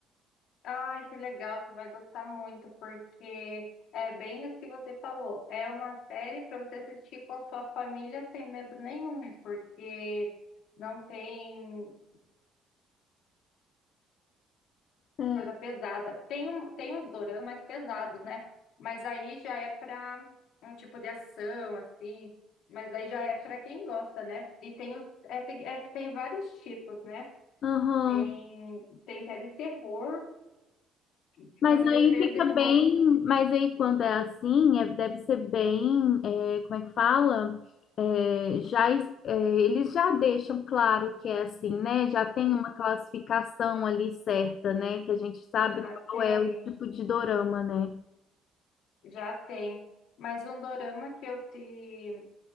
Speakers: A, on the left (about 75°); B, on the left (about 50°).
A: Ai, que legal, você vai gostar muito, porque é bem isso que você falou. É uma série para você assistir com a sua família sem medo nenhum, porque não tem
B: É.
A: coisa pesada. Tem, um- tem uns doramas mais pesados, né? Mas aí já é para um tipo de ação, assim. Mas aí já é para quem gosta, né? E tem os, é, que é que tem vários tipos, né?
B: Aham.
A: Tem, tem até de terror, então
B: Mas aí
A: depende
B: fica
A: muito.
B: bem, mas aí quando é assim, é- deve ser bem, é, como é que fala? É, já, es- é, eles já deixam claro que é assim, né?
A: E
B: Já tem uma classificação ali certa, né? Que a gente sabe
A: já
B: qual
A: tem,
B: é o tipo de dorama, né?
A: já tem. Mas um dorama que eu te,